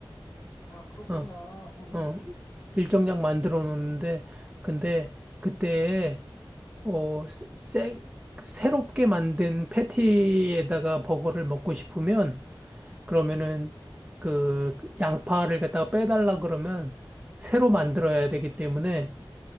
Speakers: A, on the left; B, on the right.
A: 아, 그렇구나.
B: 어,
A: 음, 음,
B: 어,
A: 음.
B: 일정량 만들어 놓는데 근데 그때 어, 새, 새롭게 만든 패티에다가 버거를 먹고 싶으면 그러면은 그 양파를 갖다가 빼달라 그러면 새로 만들어야 되기 때문에